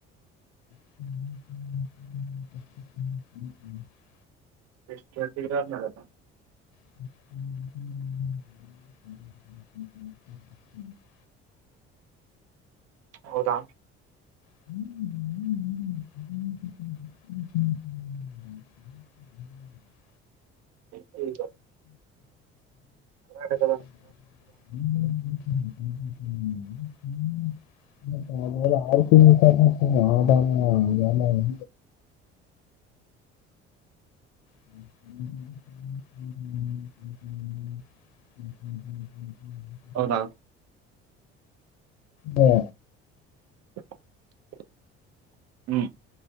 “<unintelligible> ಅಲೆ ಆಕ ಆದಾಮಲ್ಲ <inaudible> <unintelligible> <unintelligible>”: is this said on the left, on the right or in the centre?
Left